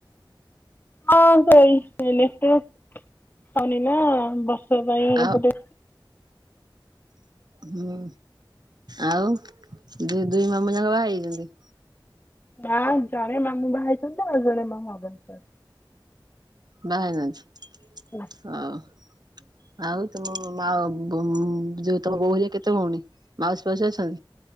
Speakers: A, on the left (about 25°); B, on the right (about 55°).
A: ହଁ ସେଇ ଇଲେଟି ହଉନି ନା ବର୍ଷେ ପାଇଁ
B: ଆଉ
A: ଏପଟେ।
B: ହୁଁ ଆଉ ଦୁଇ ଦୁଇ ମାମୁଁ ଯାଙ୍କ ବାହା ହେଇଯାଇଚନ୍ତି।
A: ନା ଜଣେ ମାମୁଁ ବାହା ହେଇଛନ୍ତି ଆଉ ଜଣେ ମାମୁଁ ଅଗସ୍ତଅଛନ୍ତି।
B: ବାହା ହେଇନାହାନ୍ତି
A: ଅଛନ୍ତି
B: ହଁ। ଆଉ ତମ ମା ବୋଉଁ ଯୋଉ ତମ ବୋଉ ହେରିକା କେତେ ଭଉଣୀ? ମାଉସୀ ଫାଉସି ଅଛ।